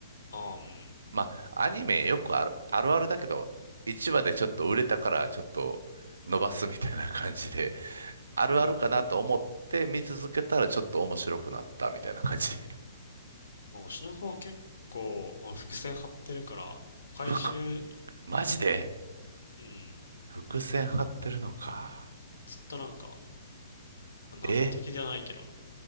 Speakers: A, on the left (about 85°); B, on the right (about 90°).
A: あーうん。
B: まあ、アニメよくある、あるあるだけど、一話でちょっと売れたからちょっと伸ばすみたいな感じで、あるあるかなと思って見続けたらちょっと面白くなったみたいな感じで。
A: うん。まあ、推しの子は結構、まあ、伏線張ってるから、
B: <laughs>
A: 回収、
B: 服マジで
A: うん。
B: 伏線張ってるのか。
A: ずっとなんか、まあ謎解きじゃないけど、
B: え、